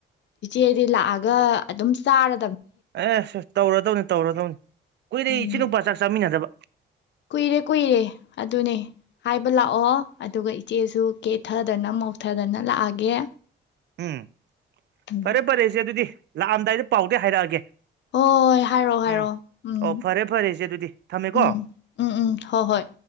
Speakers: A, on the left (about 65°); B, on the right (about 60°).
A: ꯏꯆꯤ ꯍꯥꯏꯗꯤꯂ ꯑꯒ ꯑꯗꯨꯝ ꯆꯥꯔ
B: ꯑꯦꯁ ꯇꯧꯔ ꯗꯧꯅꯤ ꯇꯧꯔ ꯗꯧꯅꯤ ꯀꯨꯏꯔꯩ
A: ꯎꯝ
B: ꯏꯆꯤꯟ ꯅꯨꯄꯥ ꯆꯥꯛ ꯆꯥꯃꯤꯟꯅꯗꯕ
A: ꯀꯨꯏꯔꯦ ꯀꯨꯏꯔꯦ ꯑꯗꯨꯅꯦ ꯍꯥꯏꯕ ꯂꯥꯛꯑꯣ ꯑꯗꯨꯒ ꯏꯆꯦꯁꯨ ꯀꯦꯊꯗꯅ ꯃꯧꯊꯗꯅ ꯂꯥꯛꯑꯒꯦ
B: ꯎꯝ
A: ꯎꯝ
B: ꯐꯔꯦ ꯐꯔꯦꯁꯦ ꯑꯗꯨꯗꯤ ꯂꯥꯛꯑꯝꯗꯥꯏꯗ ꯄꯥꯎꯗ ꯍꯥꯏꯔꯛꯑꯒꯦ
A: ꯍꯣꯏ ꯍꯥꯏꯔꯛꯑꯣ ꯍꯥꯏꯔꯛꯑꯣ
B: ꯎꯝ
A: ꯎꯝ
B: ꯑꯣ ꯐꯔꯦ ꯐꯔꯦ ꯏꯆꯦ ꯑꯗꯨꯗꯤ ꯊꯝꯃꯦꯀꯣ
A: ꯎꯝ ꯎꯝ ꯎꯝ ꯍꯣ ꯍꯣꯏ